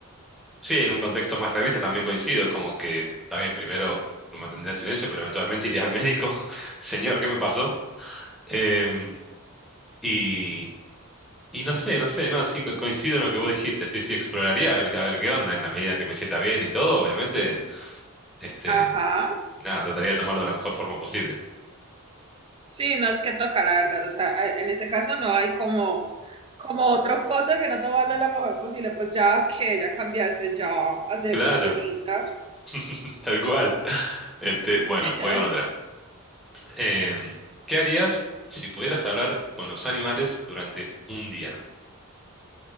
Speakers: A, in the centre; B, on the right.
A: sí, en un contexto más realista también coincido, es como que, está bien, primero lo mantendría en silencio, pero eventualmente <laughs> iría al médico, <laughs> señor, ¿qué me pasó? Em, y, y no sé, no sé, no, sí, co- coincido en lo que vos dijiste, sí, sí, exploraría a ver, a ver qué onda en la medida en que me sienta bien y todo, obviamente, este,
B: Ajá.
A: nada, trataría de tomarlo de la mejor forma posible.
B: Sí, no es que toca, la verdad. O sea, a- en ese caso no hay como, como otra cosa que no tomarle la mejor posible. Pues ya que ya cambiaste, ya acéptalo,
A: Claro,
B: linda.
A: <laughs> tal cual. Este, bueno,
B: <laughs>
A: voy con otra. Em, ¿qué harías si pudieras hablar con los animales durante un día?